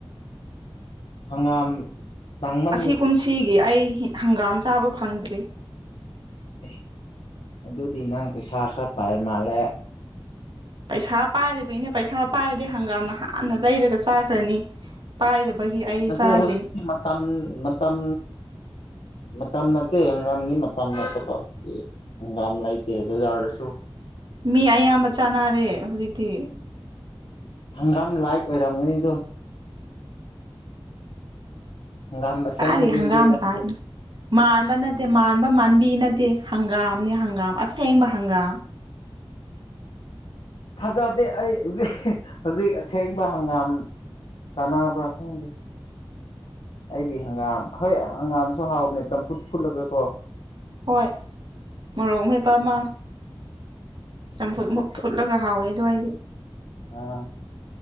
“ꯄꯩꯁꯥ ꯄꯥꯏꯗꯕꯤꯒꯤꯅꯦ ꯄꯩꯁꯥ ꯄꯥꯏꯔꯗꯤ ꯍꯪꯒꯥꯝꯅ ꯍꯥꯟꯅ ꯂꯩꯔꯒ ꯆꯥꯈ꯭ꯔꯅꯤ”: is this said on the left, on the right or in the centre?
Right